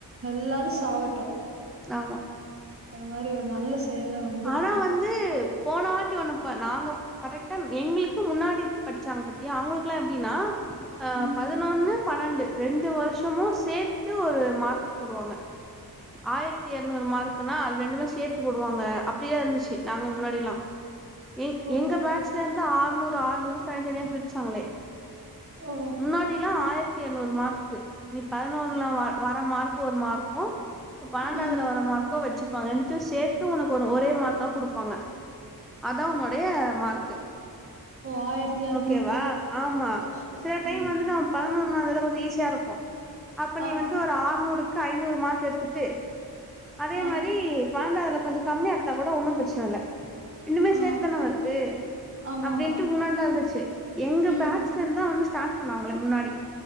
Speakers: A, on the right (about 35°); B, in the centre.
A: எல்லாரு சாவட்டு
B: ஆமா
A: அது மாரி ஒரு நல்ல செயல வ
B: ஆனா வந்து போன வாட்டி ஒன்னுப்ப நாங்க கரெக்டா எங்களுக்கு முன்னாடி படிச்சாங்க பத்தியா அவங்களுக்குல்லா எப்டின்னா ஆ
A: ம்
B: ப துனொன்னு பன்னெண்டு ரெண்டு வருஷமு சேத்து ஒரு மார்க்கு போடுவாங்க ஆயிரத்தி எரநூறு மார்க்குனா அது ரெண்டுமே சேத்து போடுவாங்க அப்டிதா இருந்துச்சு நாங்க முன்னாடிலா எங்
A: ஓ
B: எங்க பேட்ச்ல இரு ந்து ஆற்நூறு ஆற்நூறு தனித்தனியா பிரிச்சாங்களே
A: ஓ
B: முன்னாடில்லா ஆயிரத் த்தி எரநூறு மார்க்கு நீ பதினொன்னுல வ வர மார்க்கு ஒரு மார்க்கு ப்ப பன்னெண்டாவ்துல
A: ம்
B: வர மார்க்கு வச்சுப்பாங்க ரெண்டத்தையு சேத்து ஒனக்கு ஒரு ஒரே மார்க்கா குடுப்பாங்க அதா உன்னுடைய மார்க்கு
A: ஓ ஆயிரத்தி அறநூறுக்கு
B: ஓகேவா ஆமா
A: கஷ்டோ
B: சில டைம்
A: ம்
B: வந்து நம் பதினொன்னாவதுல கொஞ்ச ஈஸியா இருக்கு அப்ப நீ
A: ஆ
B: வந்து ஒரு ஆற்நூறுக்கு ஐநூறு மார்க் எடுத்துட்டு அதே
A: ஆ
B: மாரி பன்னெண்டாவதுல கொஞ்ச கம்மியா எடுத்தா கூட ஒன்னும் ப்ரச்சன இல்ல ரெண்டுமே
A: ஆ
B: சேத்து தானே வருது
A: ஆமா
B: அப்டின்ட்டு
A: ஆமா
B: முன்னாட்லா இருந்துச்சு எங்க
A: ம்
B: பேட்ச்
A: ம்.
B: ந்தா வந்து ஸ்டார்ட் பண்ணாங்களே முன்னாடி